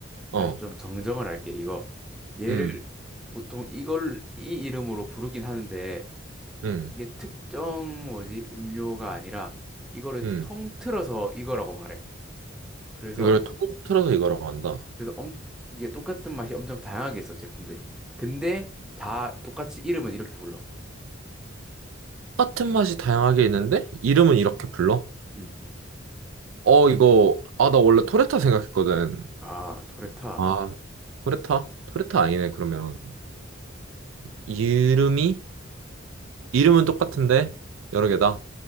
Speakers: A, on the right; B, in the centre.
A: 어,
B: 다시 좀 정정을 할게, 이거. 얘를
A: 음,
B: 보통 이걸, 이 이름으로 부르긴 하는데,
A: 음,
B: 이게 특정 뭐지, 음료가 아니라, 이거를
A: 음.
B: 통틀어서 이거라고 말해. 그래서,
A: 이걸 통틀어서 이거라고 한다.
B: 그래서 엄, 이게 똑같은 맛이 엄청 다양하게 있어, 제품들이. 근데 다 똑같이 이름은 이렇게 불러.
A: 똑같은 맛이 다양하게 있는데, 이름은 이렇게 불러?
B: 음.
A: 어, 이거, 아, 나 원래 토레타 생각했거든.
B: 아, 토레타.
A: 아, 토레타? 토레타 아니네, 그러면. 이름이? 이름은 똑같은데, 여러 개다.